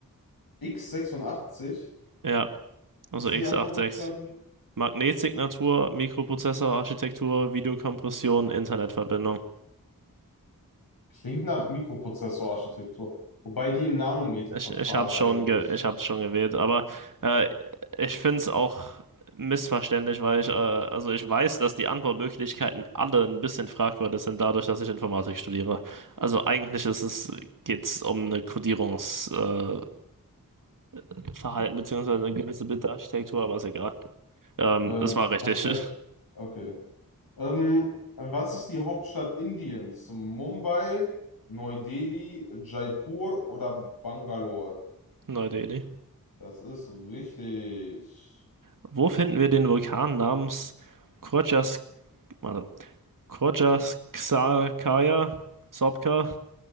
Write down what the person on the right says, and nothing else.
Ja, also
x86.
Magnetsignatur, Mikroprozessorarchitektur, Videokompression, Internetverbindung.
Hm.
Ich, ich habe es
schon, ge ich hab's schon gewählt, aber äh, ich finde es auch missverständlich, weil ich, äh, also ich weiß, dass die Antwortmöglichkeiten alle ein bisschen fragwürdig sind, dadurch, dass ich Informatik studiere. Also eigentlich ist es, geht es um eine Codierungsverhalten äh, Verhalten beziehungsweise eine gewisse Bildarchitektur, aber ist egal. Ähm,
es war richtig.
<laughs>
Neue Idee.
Wo finden wir den Vulkan namens Krodjas, warte, Krodjaskaya, Sopka?